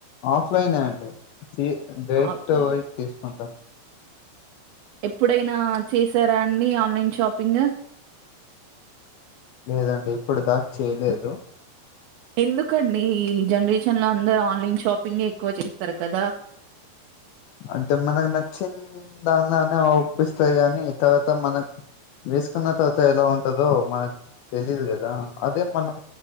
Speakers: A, on the left; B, on the right.
A: ఆఫ్లైన్ అండి డైట్
B: ఆఫ్లైన్
A: టు వైట్ తీసుకుంటాం
B: ఎప్పుడైనా చేసారా అండి ఆన్లైన్ షాపింగ్
A: లేదండి ఇప్పుడు దాక్ చేయలేదు
B: ఎందుకండి ఈ జనరేషన్ లో అందరు ఆన్లైన్ షాపింగ్ ఎక్కువ చేస్తారు కదా
A: అంటే మనకు నచ్చిన దానిలోనే ఒప్పిస్తాయి కాని తర్వాత మనం వేసుకున్న తర్వాత ఎలా ఉంటందో మనకు తెలియదు కదా అదే మనం